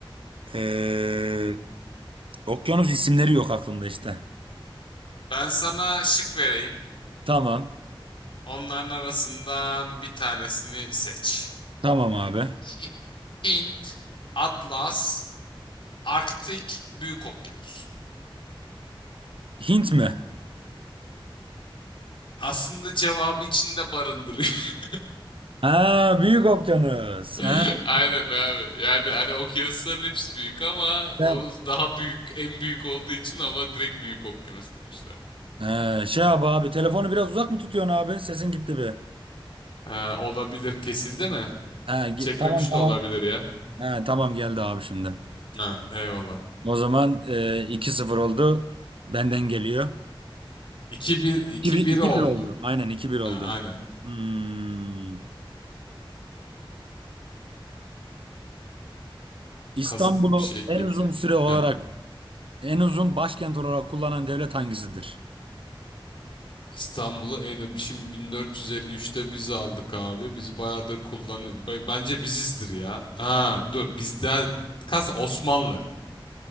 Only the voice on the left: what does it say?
Ben sana şık vereyim.
Onların arasından bir tanesini seç.
Hi- Hint, Atlas, Arktik, Büyük Okyanus.
Aslında cevabı içinde barındırıyor.
<laughs>
Aynen abi. Yani hani okyanusların hepsi büyük ama
o daha büyük, en büyük olduğu için ama direkt büyük okyanus demişler.
Ha, olabilir kesildi mi?
Çekmemiş
de olabilir ya.
Ha, eyvallah.
2 bir iki
bir
oldu.
Ha, aynen.
Kazık bir şey
gelecek.
Heh.
İstanbul'u en şimdi 1453'te biz aldık abi. Biz bayağıdır kullan bence bizizdir ya. Ha dur bizden kas Osmanlı.